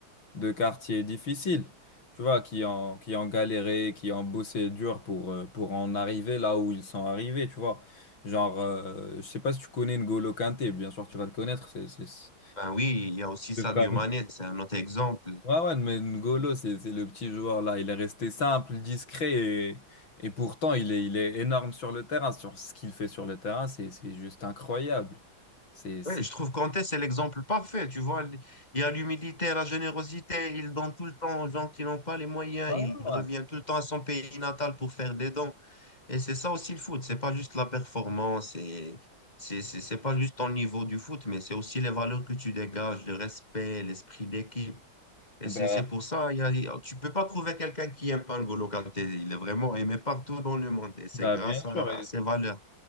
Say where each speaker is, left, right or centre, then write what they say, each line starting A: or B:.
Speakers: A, on the left; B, on the left.
A: de quartiers difficiles, tu vois, qui ont, qui ont galéré, qui ont bossé dur pour, euh, pour en arriver là où ils sont arrivés, tu vois. Genre, euh, je sais pas si tu connais N'Golo Kanté, bien sûr tu vas le connaître, c'est... c'est- c'est-
B: Ben oui, il y a aussi Sadio
A: Le fameux.
B: Mané, c'est un autre exemple.
A: Ouais, ouais, mais N'Golo, c'est c'est le petit joueur là, il est resté simple, discret, et, et pourtant il est, il est énorme sur le terrain, sur ce qu'il fait sur le terrain, c'est c'est juste incroyable. C'est... c'est-
B: Ouais, je trouve Kanté, c'est l'exemple parfait. Tu vois, il y a l'humilité, la générosité. Il donne tout le temps aux gens qui n'ont pas les moyens.
A: Ouais, ouais,
B: Il
A: ouais.
B: revient tout le temps à son pays natal pour faire des dons. Et c'est ça aussi le foot, c'est pas juste la performance et c'est c'est c'est pas juste ton niveau du foot, mais c'est aussi les valeurs que tu dégages, le respect, l'esprit d'équipe. Et
A: Bah,
B: c'est c'est pour ça, il y a, il y a- tu peux pas trouver quelqu'un qui aime pas N'Golo Kanté. Il est vraiment aimé partout dans le monde et c'est
A: bah,
B: grâce
A: bien sûr,
B: à, à ses valeurs.